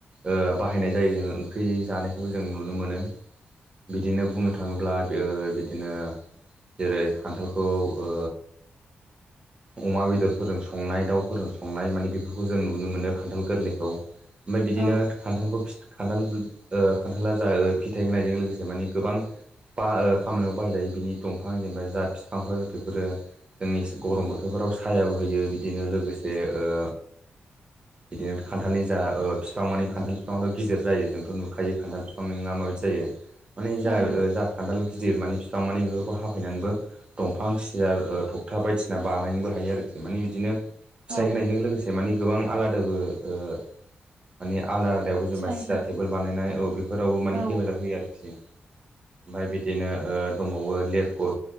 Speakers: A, on the right; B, on the right.
A: ओ बाहायनाय जायो जोङो ओंख्रि जानायखौबो जों नुनो मोनो। बिदिनो बुंनो थाङोब्ला ओ बिदिनो जेरै खान्थालखौ ओ अमा बेदरफोरजों संनाय दाउफोरजों संनाय माने बेफोरखौ जों नुनो मोनो खान्थाल गोरलैखौ। ओमफाय बिदिनो
B: औ
A: खान्थालखौ खान्थाल ओ खान्थाला जा ओ फिथाइ होनायजों लोगोसे मानि गोबां बा ओ खामानियाव बाहायजायो बिनि दंफां जेनेबा जा बिफांफोर बेफोरो जोंनि गरम बोथोरफोराव सायाबो होयो बिदिनो लोगोसे ओ बिदिनो खान्थालनि जा ओ फिफां माने खान्थाल बिफाङाथ' गिदिर जायो जोंथ' नुखायो। खान्थाल बिफांनिङा माबायदि जायो माने <unintelligible>
B: औ
A: खान्थाल गिदिर माने बिफां माने बेफोरखौ हाफायनानैबो दंफां सियार ओ थखथा बायदिसिना बानायनोबो हायो आरोखि माने बिदिनो फिथाइ
B: औ
A: होनायजों लोगोसे मानि गोबां आलादाबो ओ मानि आलदा आलदायावबो जेनेबा
B: सायहा
A: सियार टेबोल बानायनाय औ बेफोरावबो माने
B: औ
A: हेफाजाब होयो आरोखि। ओमफाय बिदिनो ओ दंबावो लेरख' ओ